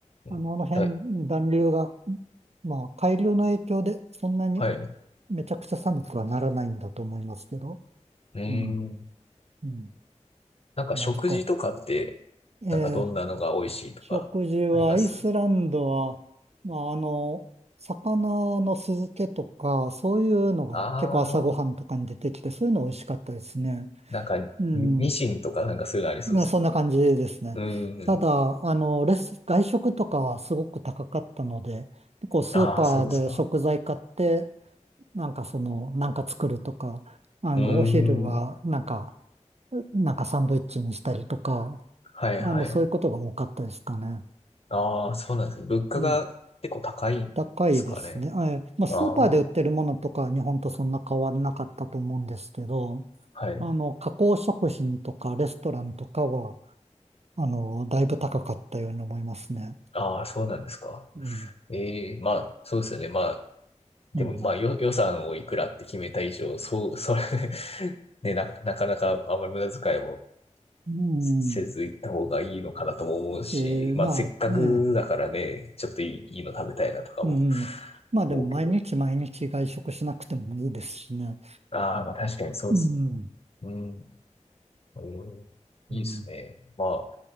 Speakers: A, on the left; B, on the right.
A: うんだ、
B: あの、あの辺、暖流が、まあ、海流の影響でそんなに
A: はい。う
B: めちゃくちゃ寒くはならないんだと思いますけど。
A: ーん。
B: うん。うん。
A: なんか食事とかって、
B: あ、てか、えー
A: なんかどんなのが美味しいとかあります
B: 食事は、アイスランドは、まあ、あの、魚の酢漬けとか、そういうのが結構朝ごはんとかに出てきて、
A: ああー、
B: そういうの美味しかったですね。
A: なんかニ、
B: うん。
A: ニシンとかなんかそういうのありそうですよね。
B: まあ、そんな感じですね。
A: うんうん。
B: ただ、あの、レス、外食とかはすごく高かったので、結構スーパーで食材買って、
A: ああ、そうですか。
B: なんかその、なんか作るとか、あの、
A: うーん。
B: お昼はなんか、なんかサンドイッチにしたりとか、
A: はいはい。
B: あの、そういうことが多かったですかね。
A: ああ、そうなんですね。物価が結構高いんですかね。
B: うん高いですね。あえまあ、スーパーで売ってるものとかは日本とそんな変わらなかったと思うんですけど、
A: ああ、はい。
B: あの、加工食品とかレストランとかは、あの、だいぶ高かったように思いますね。
A: ああ、そうなんですか。
B: うん。
A: ええ、まあ、そうですよね。まあ、でも、
B: うん。
A: まあ、よ、予算をいくらって決めた以上、そう、それ <laughs> ね、な、なかなかあんまり無駄遣いも
B: うん
A: せせず行った方がいいのかなとも思うし、
B: えーまあ、
A: まあせっかくだからね、
B: ええ
A: ちょっといい、いいの食べたいなとかも
B: うん。まあでも毎日毎日外食しなくてもいいですしね。
A: 思うけど。ああ、まあ確かにそうですね。
B: うん。
A: うん。うんいいですね。
B: うん。
A: まあ、